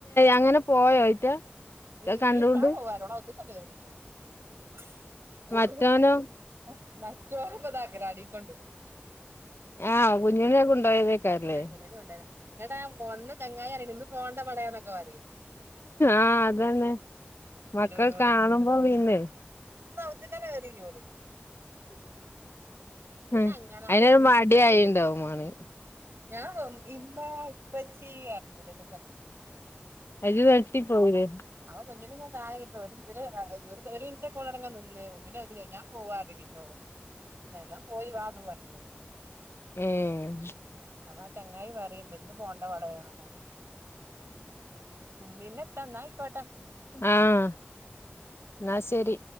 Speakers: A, on the left; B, on the right.
A: അങ്ങനെ പോയോ അയ്റ്റ
B: നീ
A: കണ്ടോണ്ട്
B: മീന് ഞാൻ പോവാരോടാ ഒത്തിരി <unintelligible>
A: മറ്റോനോ
B: മറ്റോനെപ്പിന്ന് അംഗനവാടീക്കൊണ്ടോയ്ക്ണ്
A: ആഹ് കുഞ്ഞുണ്ണിനെ കൊണ്ടോയതേക്കാരല്ലേ
B: ആ കുഞ്ഞിന കൊണ്ടയതാ എടാ ഒന്ന് ചങ്ങായിറ ഇന്ന് പോണ്ട ബളെന്നൊക്കെ പറയി
A: ആഹ് അത ന്നെ മക്കൾ
B: ദിനുവിനോട്
A: കാണുമ്പോ പിന്നെ
B: <unintelligible> നോള് അയ്നങ്ങനായി
A: ഉം അയിനൊരു മടിയായിണ്ടാവും മാണെ
B: ഞാ ഇമ്മ ഇപ്പ ചെയ്യ <unintelligible>
A: അയില് വെട്ടി പോവുലെ
B: അവ <unintelligible> ഒരു മിനിറ്റൊക്കടങ്ങനെ നിന്നേരും മുന്നേ അത് ഞാൻ പോവാതിരിക്കുന്നോളു എന്നാ പോയി വാ ന്ന് പറഞ്ഞ്ക്ണ്
A: ഏഹ്
B: അപ്പാ ചങ്ങായി പറയ്ണ്ട് ഇന്ന് പോണ്ട വളയാക്കാന്ന് പിന്നെത്താന്നാ
A: ആഹ് ന്നാ ശരി